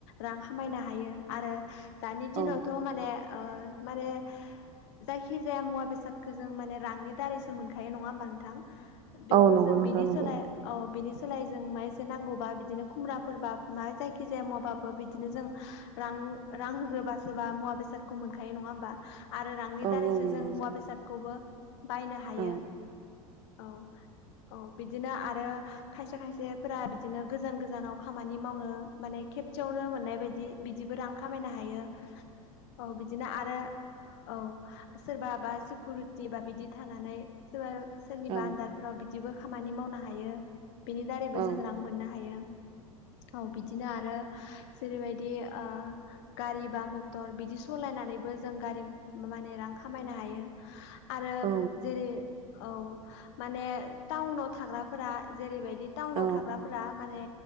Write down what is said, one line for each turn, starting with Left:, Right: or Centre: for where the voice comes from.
Left: रां खामायनो हायो आरो दानि
Right: औ
Left: दिनावथ माने ओ माने जायखिजाया मुवा बेसादखौ जों माने रांनि दारैसो मोनखायो नङा होमबा नोंथां? बेखौ
Right: औ नंगौ
Left: जों
Right: नोंथां
Left: बिनि
Right: नंगौ।
Left: सोलाय औ बिनि सोलायै जों मा एसे नांगौबा बिदिनो खुमब्राफोरबा माबा जायखिजाया माबाबो बिदिनो जों रां रां होग्रोबासो बा मुवा बेसादखौ मोनखायो नङा होमबा? आरो रांनि
Right: औ
Left: दारैसो
Right: औ नंगौ
Left: जों
Right: नोंथां
Left: मुवा बेसादखौबो बायनो हायो
Right: औ
Left: औ। औ बिदिनो आरो खायसे खायसेफोरा बिदिनो गोजान गोजानाव खामानि मावनो माने खेबसेयावनो मोननाय बायदि बिदिबो रां खामायनो हायो औ बिदिनो आरो औ सोरबा बा सिकुउरिटि बा बिदि थानानै सोरबा सोरनिबा
Right: औ
Left: आन्दार फ्राव बिदिबो खामानि मावनो हायो बिनि दारैबो
Right: औ
Left: जों रां मोननो हायो। औ बिदिनो आरो जेरैबायदि ओ गारि बा मटर बिदि सलायनानैबो जों गारि माने रां खामायनो हायो आरो
Right: औ
Left: जेरै औ माने टाउनाव थाग्राफोरा जेरैबायदि बिदि टाउनाव
Right: औ
Left: थाग्राफोरा माने